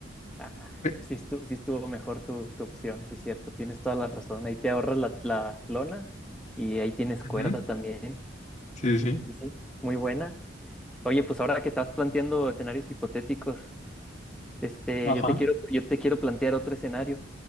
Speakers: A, in the centre; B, on the left (about 40°).
A: Ay,
B: Pe-
A: pues sí estuvo, sí estuvo mejor tu, tu opción, sí es cierto, tienes toda la razón. Ahí te ahorras la, la lona y ahí tienes
B: Ujú,
A: cuerda también.
B: Sí, sí.
A: Sí, sí, muy buena. Oye, pues ahora que estás planteando escenarios hipotéticos, este,
B: Ajá.
A: yo te quiero, yo te quiero plantear otro escenario.